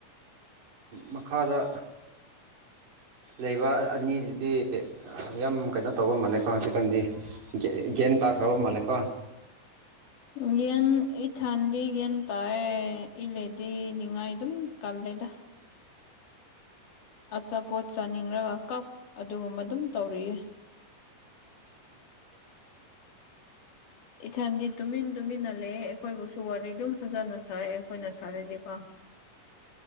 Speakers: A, on the right; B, on the left.
A: ꯃꯈꯥꯗ ꯂꯩꯕ ꯑꯅꯤꯗꯨꯗꯤ ꯌꯥꯝ ꯀꯩꯅꯣ ꯇꯧꯕ ꯃꯥꯜꯂꯦ꯫ ꯍꯧꯖꯤꯛꯀꯥꯟꯗꯤ ꯒ꯭ꯌꯥꯟ ꯇꯥꯈ꯭ꯔꯕ ꯃꯥꯜꯂꯦꯀꯣ꯫
B: ꯒꯌꯥꯟ ꯏꯊꯟꯗꯤ ꯒꯌꯥꯟ ꯇꯥꯏꯌꯦ ꯑꯩ ꯂꯩꯔꯗꯤ ꯅꯤꯡꯉꯥꯏ ꯑꯗꯨꯝ ꯀꯜꯂꯦ꯫ <unintelligible> <unintelligible> ꯑꯆꯥꯄꯣꯠ ꯆꯥꯅꯤꯡꯂꯒ ꯀꯞ ꯑꯗꯨꯒꯨꯝꯕ ꯑꯗꯨꯝ ꯇꯧꯔꯤꯌꯦ꯫
A: <inaudible>
B: ꯏꯊꯟꯗꯤ ꯇꯨꯃꯤꯟ ꯇꯨꯃꯤꯟꯅ ꯂꯩꯌꯦ ꯑꯩꯈꯣꯏꯕꯨꯁꯨ ꯋꯥꯔꯤ ꯑꯗꯨꯝ ꯐꯖꯅ ꯁꯥꯏ ꯑꯩꯈꯣꯏꯅ ꯁꯥꯔꯗꯤꯀꯣ꯫
A: <inaudible>